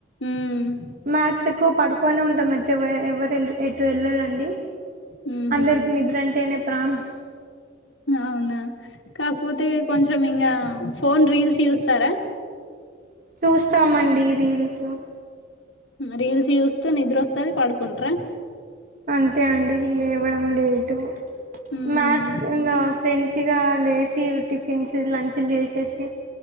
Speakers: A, on the left; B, on the right.
A: ఉమ్
B: మ్యాథ్స్ ఎక్కువ పడుకునే ఉంటాం ఎయితే ఎవరు ఎటు వెళ్ళరండి
A: ఉహు
B: అందరికి నిద్రంటేనే ప్రాణం
A: అవునా కాకపోతే కొంచెం ఇంకా ఫోన్ రీల్స్ చూస్తారా
B: చూస్తామండి రీల్స్
A: రీల్స్ చూస్తూ నిద్ర వస్తది పడుకుంటార
B: అంతే అండి లేవడం లేటు
A: ఉమ్
B: మాక్ ఇం ఫ్రెండ్స్గా లేసి టిఫిన్స్ లంచ్లు చేసి వచ్చసి